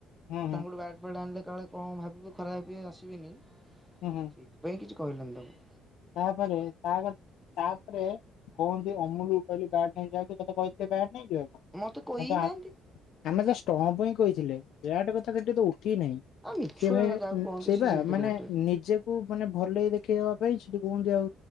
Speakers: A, on the left (about 70°); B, in the centre.
A: ହୁଁ ହୁଁ
B: ତାଙ୍କୁଠୁ ବ୍ୟାଡ଼୍ ଫେଟ ଆଣିଲେ କାଳେ କଣ ଭାବିବେ ଖରାପ ଭାବିବେ ଆସିବେନି
A: ହୁଁ ହୁଁ
B: ସେଇଥିପାଇଁ କିଛି କହିଲେନି ତାକୁ।
A: ତାପରେ ତା ତାପରେ କହନ୍ତି ଅମୁଲୁ କହିଲି ବାଡ ନେଇ ଯାହା ତତେ କହିଥିଲେ ବ୍ୟାଟ ନେଇ ଯିବାକୁ
B: ମତେ କହିନାହାନ୍ତି
A: ଆମେ ତ ଷ୍ଟପ ପାଇଁ କହିଥିଲେ। ବ୍ୟାଟ କଥା ତ ଏଠି। <unintelligible> ଠିକ୍ ନାଇଁ
B: ଆଉ ମିଛୁଆ
A: ସେ ଭାଇ
B: ଯାହାକୁ କହନ୍ତି
A: ସେଇ
B: ସେ
A: ବା
B: ସେଇଥିରୁ
A: ମାନେ
B: ଗୋଟେ।
A: ନିଜକୁ ମାନେ ଭଲେଇ ଦେଖେଇହବା ପାଇଁ ସେଠି କୁହନ୍ତି ଆଉ